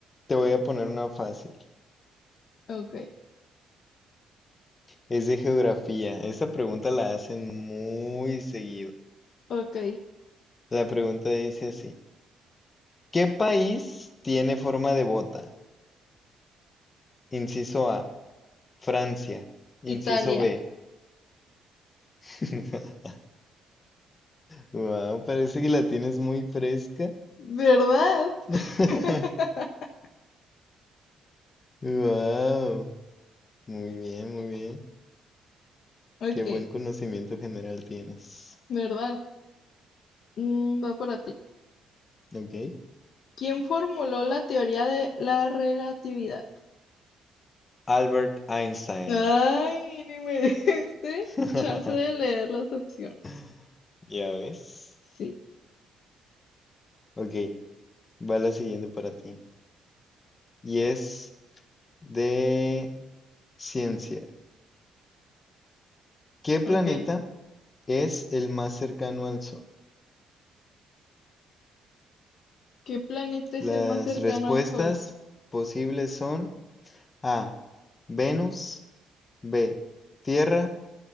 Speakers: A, on the left; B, on the left.
A: Te voy a poner una fácil.
B: Ok,
A: Es de geografía. Esta pregunta la hacen muy seguido.
B: ok.
A: La pregunta dice así. ¿Qué país tiene forma de bota? Inciso A, Francia. Inciso
B: Italia.
A: B. <laughs> Wow, parece que la tienes muy fresca.
B: ¿Verdad?
A: <laughs>
B: <laughs>
A: Wow, muy bien, muy bien.
B: Ok,
A: Qué buen conocimiento general tienes.
B: ¿verdad? Mm, va para ti.
A: ¿Ok?
B: ¿Quién formuló la teoría de la relatividad?
A: Albert Einstein.
B: Ay, ni me <laughs> diste
A: <laughs>
B: chance de leer las opciones.
A: <laughs> Ya ves.
B: Sí,
A: Ok, va la siguiente para ti. Y es de ciencia. ¿Qué planeta
B: ok.
A: es el más cercano al Sol?
B: ¿Qué planeta es
A: Las
B: el más cercano
A: respuestas
B: al Sol?
A: posibles son A, Venus, B, Tierra,